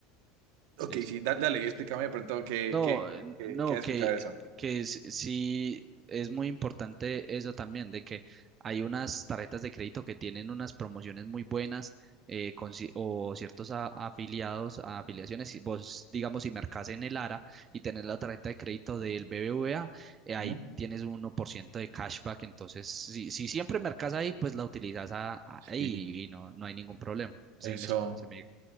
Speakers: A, on the right; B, on the right.
A: ok,
B: Sí, sí.
A: sí, da- dale, explícame de pronto qué,
B: No,
A: qué,
B: n-
A: qué,
B: no,
A: qué has
B: que,
A: escuchado de eso.
B: que es- sí es muy importante eso también, de que hay unas tarjetas de crédito que tienen unas promociones muy buenas eh, con ci- o ciertos a- afiliados, a afiliaciones. Si Vos, digamos, si mercás en el ARA y tenés la tarjeta de crédito del BBVA, eh, ahí
A: Ujú.
B: tienes un uno por ciento de cashback. Entonces, si, si siempre mercás ahí, pues la utilizas a- a-
A: Sí.
B: ahí y no, no hay ningún problema. Seguime,
A: Eso.
B: se me